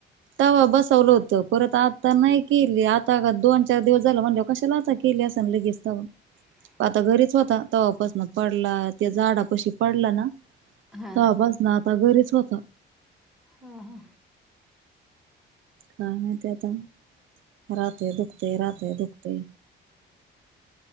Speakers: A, on the right; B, in the centre.
A: तव बसवलं होतं परत आता नाही केली आता दोन चार दिवस झालं म्हणले कशाला आता केल्या अस लगे असताव.
B: ह.
A: आता घरीच होता तवापासन पडला त्या झाडा पशी पडला ना.
B: हा
A: त बास ना आता घरीच होता.
B: हा हा.
A: काय मा आहे ते आता राहते दुखते राहते दुखते.